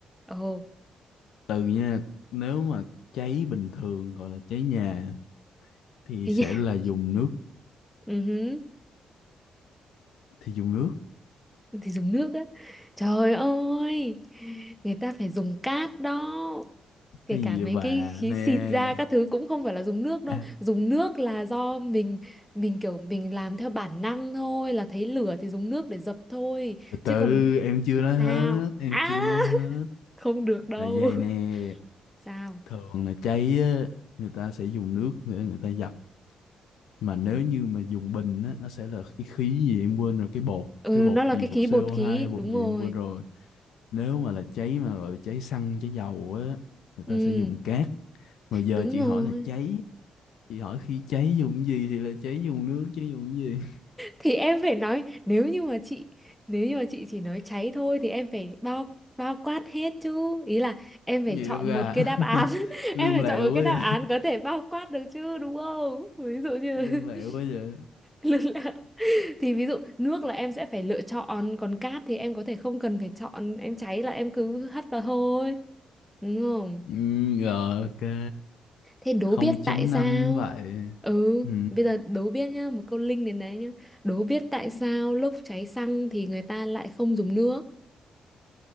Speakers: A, in the centre; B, on the left.
A: ồ
B: từ nha nếu mà cháy bình thường gọi là cháy nhà thì
A: thế
B: sẽ
A: nhá
B: là dùng nước
A: ừ hứ,
B: thì dùng nước
A: thì dùng nước á trời ơi người ta phải dùng cát đó kể
B: cái
A: cả
B: gì
A: mấy
B: vậy
A: cái
B: bà
A: khí
B: nè
A: xịt ra các thứ cũng không phải là dùng nước đâu
B: à,
A: dùng nước là do mình mình kiểu mình làm theo bản năng thôi là thấy lửa thì dùng nước để dập thôi
B: từ
A: chứ
B: từ
A: còn
B: em chưa nói
A: sao
B: hết em
A: à
B: chưa nói hết
A: không được đâu
B: là vậy nè
A: <laughs> sao
B: thường là cháy á người ta sẽ dùng nước để người ta dập mà nếu như mà dùng bình á nó sẽ là cái khí gì em quên rồi cái bột
A: ừ
B: cái bột
A: nó là
B: gì
A: cái
B: bột
A: khí bột
B: co
A: khí
B: hai hay bột
A: đúng
B: gì
A: rồi
B: em quên rồi nếu mà là cháy mà gọi là cháy xăng cháy dầu á người
A: ừ
B: ta sẽ dùng cát mà giờ
A: đúng
B: chị
A: rồi
B: hỏi là cháy chị hỏi khi cháy dùng cái gì thì là cháy dùng nước chứ dùng cái gì
A: thì em phải nói nếu như mà chị nếu như mà chị chỉ nói cháy thôi thì em phải bao bao quát hết chứ ý là
B: <laughs>
A: em phải
B: Cái gì
A: chọn
B: đâu ra
A: một cái đáp án
B: <laughs>
A: <laughs>
B: lương
A: em phải
B: lẹo
A: chọn một cái
B: ấy
A: đáp án có thể bao quát được chứ đúng không ví dụ như
B: lương lẹo
A: <laughs>
B: quá vậy
A: nước là- thì ví dụ nước là em sẽ phải lựa chọn còn cát thì em có thể không cần phải chọn em cháy là em cứ hất vào thôi đúng không
B: ừ, rồi ok
A: Thế đố
B: 0.5
A: biết tại sao?
B: vậy
A: Ừ,
B: ừ.
A: bây giờ đố biết nhá, một câu link đến đấy nhá. Đố biết tại sao lúc cháy xăng thì người ta lại không dùng nước?